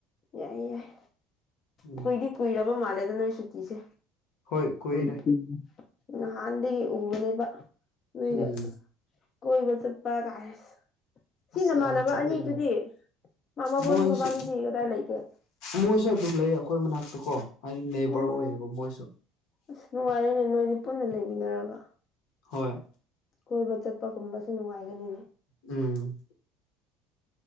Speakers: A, on the left; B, on the left.
A: ꯌꯥꯏꯌꯦ ꯌꯥꯏ
B: ꯎꯝ
A: ꯀꯨꯏꯗꯤ ꯀꯨꯏꯔꯕ ꯃꯥꯜꯂꯦꯗ ꯅꯣꯏ ꯁꯨꯇꯤꯁꯦ
B: ꯍꯣꯏ ꯀꯨꯏꯔꯦ
A: <unintelligible> ꯅꯍꯥꯟꯗꯒꯤ ꯎꯕꯅꯦꯕ ꯅꯣꯏꯗꯨ
B: ꯎꯝ
A: ꯀꯣꯏꯕ ꯆꯠꯄ ꯒꯥꯏ ꯁꯤ
B: ꯑꯁ
A: ꯅꯃꯥꯟꯅꯕ
B: ꯌꯥꯝ ꯆꯠꯂꯤꯗ
A: ꯑꯅꯤꯗꯨꯗꯤ ꯃꯥ ꯃꯕꯣꯏ
B: ꯃꯣꯏꯁꯨ
A: ꯃꯕꯥꯅꯤꯗꯤ ꯀꯗꯥꯏ ꯂꯩꯒꯦ
B: ꯃꯣꯏꯁꯨ ꯑꯗꯨꯝ ꯂꯩ ꯑꯩꯈꯣꯏ ꯃꯅꯥꯛꯇ ꯀꯣ ꯍꯥꯏꯗꯤ ꯅꯦꯕꯔ
A: ꯑꯣ
B: ꯑꯣꯏꯌꯦꯕ ꯃꯣꯏꯁꯨ
A: ꯑꯁ ꯅꯨꯡꯉꯥꯏꯔꯤꯅꯦ ꯅꯣꯏꯗꯤ ꯄꯨꯟꯅ ꯂꯩꯃꯤꯟꯅꯔꯒ
B: ꯍꯣꯏ
A: ꯀꯣꯏꯕ ꯆꯠꯄꯒꯨꯝꯕꯁꯨ ꯅꯨꯡꯉꯥꯏꯒꯅꯤꯅꯦ
B: ꯎꯝ